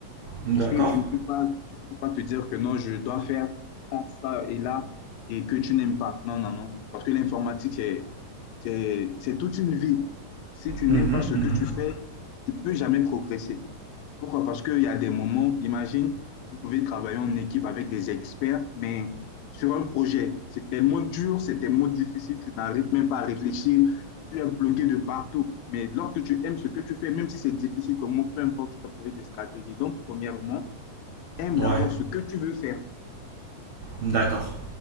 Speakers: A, on the right (about 80°); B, on the left (about 80°).
A: D'accord?
B: Parce que tu ne peux pas, tu ne peux pas te dire que non, je dois faire ça, ça et là, et que tu n'aimes pas. Non, non, non. Parce que l'informatique, c'est, c'est, c'est toute une vie. Si tu
A: Mhm,
B: n'aimes pas ce
A: mhm.
B: que tu fais, tu ne peux jamais progresser. Pourquoi? Parce qu'il y a des moments, imagine, vous pouvez travailler en équipe avec des experts, mais sur un projet, c'est tellement dur, c'est tellement difficile, tu n'arrives même pas à réfléchir, tu es bloqué de partout. Mais lorsque tu aimes ce que tu fais, même si c'est difficile, comment, peu importe, tu vas trouver des stratégies. Donc, premièrement, aime
A: Ouais,
B: d'abord ce que tu veux faire.
A: d'accord,